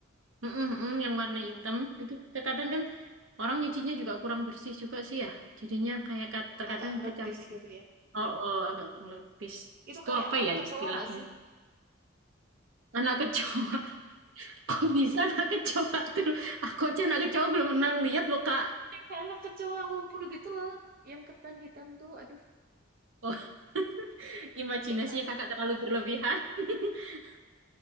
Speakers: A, on the right; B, on the right.
A: Mm-mm, mm, yang warna
B: Hmm.
A: hitam itu terkadang kan orang nyucinya juga kurang bersih juga sih ya. Jadinya kayak kad- terkadang
B: Agak ngeredes
A: kecampur.
B: gitu ya.
A: Oh, oh, agak ngeletis.
B: Itu
A: Itu
B: kayak
A: apa
B: anak
A: ya
B: kecoa
A: istilahnya?
B: gak sih?
A: Anak kecoa. <laughs> Kok bisa anak kecoa tuh? Aku aja anak kecoa belum pernah lihat loh, Kak.
B: Kayak anak kecoa ngumpul gitu loh. Yang ketan hitam tuh, aduh,
A: Oh, <laughs> imajinasinya
B: agak takut
A: kakak terlalu
B: ya.
A: berlebihan. <laughs>